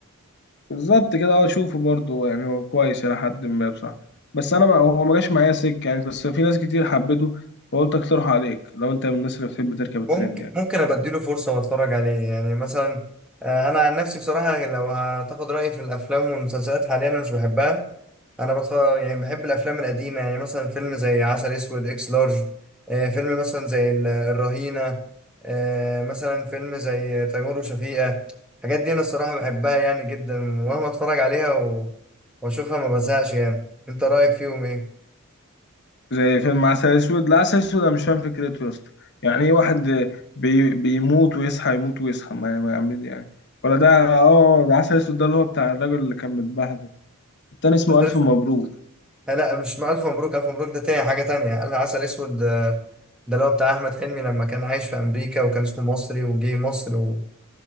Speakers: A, on the left; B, in the centre.
A: بالظبط كده اه شوفه برضه يعني هو كويس إلى حد ما بصراحة بس أنا ما هو ما جاش معايا سكة يعني بس في ناس كتير حبته فقلت أقترحه عليك لو أنت من الناس اللي بتحب تركب الترند
B: ممكن
A: يعني
B: ممكن ابديله فرصه واتفرج عليه يعني مثلا آه، انا عن نفسي بصراحه لو هتاخد رايي في الافلام والمسلسلات حاليا انا مش بحبها انا بتفرج يعني بحب الافلام القديمه يعني مثلا فيلم زي عسل اسود اكس لارج آه، فيلم مثلا زي ال- الرهينه آه، مثلا فيلم زي تيمور وشفيقه الحاجات دي انا الصراحه بحبها يعني جدا ومهما اتفرج عليها و... واشوفها ما بزهقش يعني انت رايك فيهم
A: زي فيلم عسل أسود لا عسل أسود أنا مش فاهم فكرته يا اسطى يعني إيه واحد بي بيموت ويصحى يموت ويصحى ما ما يعمل يعني ولا ده اه ده عسل أسود ده اللي هو بتاع الراجل اللي كان متبهدل التاني اسمه
B: ايه
A: ألف مبروك
B: لا لا مش م- ألف مبروك ألف مبروك ده تاني حاجة تانية قال عسل أسود آه، ده اللي هو بتاع أحمد حلمي لما كان عايش في أمريكا وكان اسمه مصري وجه مصر و...